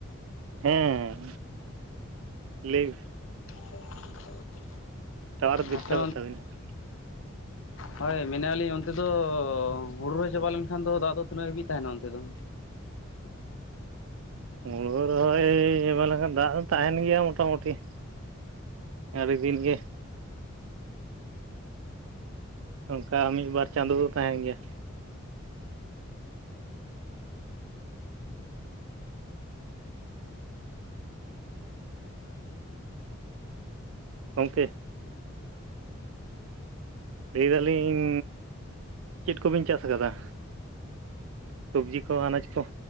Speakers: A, on the right; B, on the left.
A: ᱦᱮᱸ ᱞᱟᱹᱭ ᱢᱮ
B: <unintelligible>
A: ᱴᱟᱣᱟᱨ ᱵᱤᱥᱴᱟᱵᱚᱮᱫ
B: ᱟᱯᱮ
A: ᱛᱟᱵᱤᱱᱟ ᱾
B: ᱦᱳᱭ ᱢᱮᱱᱮᱼᱟ ᱞᱤᱧ ᱚᱱᱛᱮ ᱫᱚ ᱦᱩᱲᱩ ᱨᱚᱦᱚᱭ ᱪᱟᱵᱟ ᱞᱮᱱᱠᱷᱟᱱ ᱫᱚ ᱫᱟᱜ ᱫᱚ ᱛᱤᱱᱟᱹᱜ ᱦᱟᱹᱵᱤᱡ ᱛᱟᱦᱮᱱᱟ ᱚᱱᱛᱮ ᱫᱚ?
A: ᱦᱩᱲᱩ ᱨᱮᱦᱚᱸᱚᱭ ᱪᱟᱵᱟ ᱞᱮᱠᱷᱟᱱ ᱫᱟᱜ ᱫᱚ ᱛᱟᱦᱮᱱ ᱜᱮᱭᱟ ᱢᱚᱴᱟᱢᱩᱴᱤ ᱾ ᱟᱹᱰᱤ ᱫᱤᱱ ᱜᱮ ᱚᱱᱠᱟ ᱢᱤᱫ ᱵᱟᱨ ᱪᱟᱸᱫᱚ ᱫᱚ ᱛᱟᱦᱮᱱ ᱜᱮᱭᱟ ᱾ ᱜᱚᱝᱠᱮ ᱞᱟᱹᱭᱫᱟᱞᱤᱧ ᱪᱮᱫ ᱠᱚᱵᱤᱱ ᱪᱟᱥ ᱟᱠᱟᱫᱟ? ᱥᱚᱵᱽᱡᱤ ᱠᱚ ᱟᱱᱟᱡᱽ ᱠᱚ?